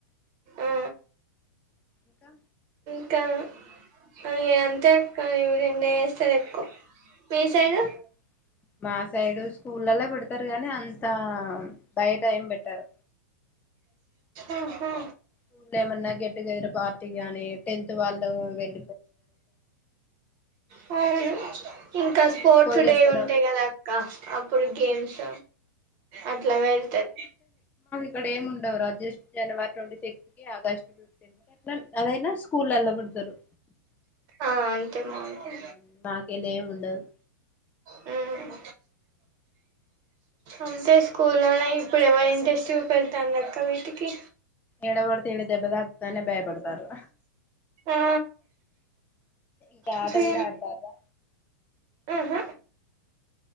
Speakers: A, on the right; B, on the left.
A: ఆ
B: ఇంకా
A: ఆ అవి అంతే అక్క రెండె చేస్తరు ఎక్కువ్ చైగ
B: అవునా మా సైడు స్కూలల్లో పెడతరు గానీ అంతా బయట ఏం పెట్టరు
A: ఆహా
B: ఊర్లో ఏమన్నా గెట్టుగెదర్ పా ర్టీగానే టెంత్ వాళ్లు వెల్
A: అవును ఇంకా స్పోర్ట్స్
B: వీడ్కోలు
A: డే
B: చెప్పడం
A: ఉంటయి కదా అక్క అప్పుడు
B: ఆ
A: గేమ్స్ అట్లా వెళ్తద్.
B: ఇక్కడేం ఉండవురా జస్ట్ జనవరి ట్వంటీ సిక్స్త్ కి ఆగస్ట్ ఫిఫ్టీన్త్ కి అట్ల అవైనా స్కూలల్లో పెడ్తారు.
A: ఆ అంతే మాకు
B: ఉమ్ మాకీలేమ్ ఉండవ్.
A: హ్మ్ అంతే స్కూల్లోనే ఇప్పుడు ఎవరి ఇంట్రెస్ట్ పెడతాండ్రు అక్క వీటికి.
B: ఏడ పడితే ఏడ దెబ్బదాక్. దాన్నే భయపడతారు.
A: ఆ
B: ఇంకా
A: ఇప్పుడు
B: ఆట కూడా ఆడతార్రా.
A: ఆహ.